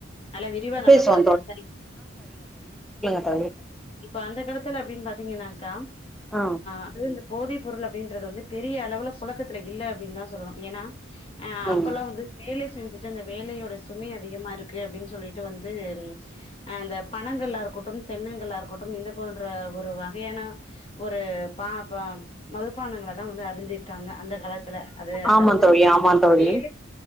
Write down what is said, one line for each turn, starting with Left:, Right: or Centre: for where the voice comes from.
Left: நல்ல விரிவா
Centre: பேசுவோ
Left: நல்லா பாக்லா சரி
Centre: சரி
Left: இப்ப அந்த காலத்துல அப்டின் பாத்தீங்கன்னாக்கா
Centre: ஆ
Left: அது இந்த போதை பொருள் அப்டின்றது வந்து பெரிய அளவுல புழக்கத் துல இல்ல அப்டின் தா சொல்லணு ஏன்னா ஆ அப்பல்லா
Centre: ம்
Left: வந்து வேலை செஞ்சுட் வேலையோட சுமை அதிகமா இருக்கு அப்டின்னு சொல்லிட்டு வந்து அந்த பணங்கள்லா இருக்கட்டும் தென்னங்கல்லா இருக்கட்டும் இது போன்ற ஒரு வகையான ஒரு பா பா மதுப்பானங்கள லா வந்து அறிந்திருக்காங்க அந்த காலத்துல அது அதாவது
Centre: ஆமா தோழி ஆமா தோழி
Left: வேலைக்கு